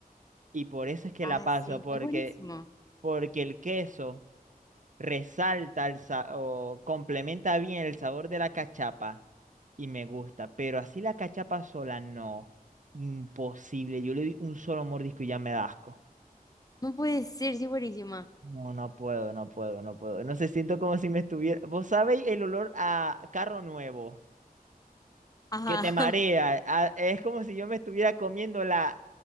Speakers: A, on the right (about 55°); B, on the left (about 25°).
A: Y por eso es que
B: Ah,
A: la paso,
B: sí,
A: porque,
B: es buenísimo.
A: porque el queso... resalta el sa- o complementa bien el sabor de la cachapa y me gusta, pero así la cachapa sola no, imposible. Yo le doy un solo mordisco y ya me da asco.
B: No puede ser, sí, es buenísima.
A: No, no puedo, no puedo, no puedo. No sé, siento como si me estuviera. Vos sabéis el olor a carro nuevo
B: Ajá,
A: que te
B: <laughs>
A: marea. a- es como si yo me estuviera comiendo la.